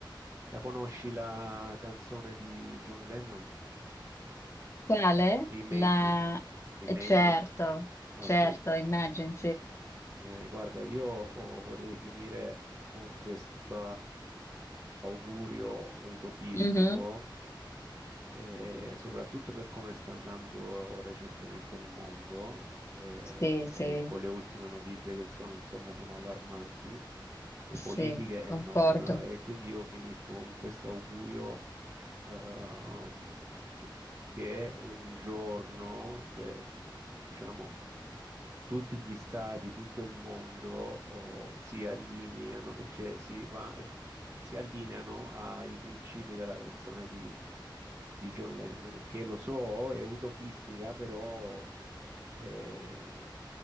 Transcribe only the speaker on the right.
La conosci la canzone di John Lennon?
Imagine.
Imagine.
Ok.
Eh,
e guarda, io oh, vorrei finire con questo augurio utopistico,
che soprattutto per come sta andando recentemente il mondo, eh,
e con le ultime notizie che sono, insomma, sono allarmanti, e
politiche e
non, e quindi io finisco con questo augurio ehm, che un giorno, que- diciamo, tutti gli stati, tutto il mondo oh, si allineano, cioè si va- si allineano ai principi della canzone di, di John Lennon, che lo so, è utopistica, però eh,